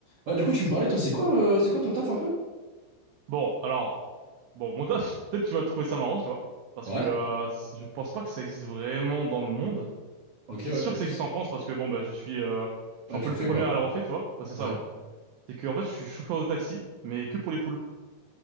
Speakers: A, on the right; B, on the right.
A: Ouais, du coup, tu me parlais, toi, c'est quoi, euh, c'est quoi ton taf un peu?
B: Bon, alors, bon, mon taf, <laughs> peut-être tu vas trouver ça marrant, tu vois, parce
A: Ouais.
B: que euh, c- je pense pas que ça existe vraiment dans le monde.
A: Ok,
B: C'est
A: ouais.
B: sûr
A: mais
B: que
A: c'est-
B: ça existe en France parce que bon, bah, je suis, euh,
A: Ouais,
B: je suis
A: tu
B: un peu
A: le
B: le
A: fais
B: premier
A: quoi?
B: à l'avoir fait, tu vois. Ouais, c'est ça,
A: Ouais.
B: ouais. C'est que en fait, je suis chauffeur de taxi, mais que pour les poules.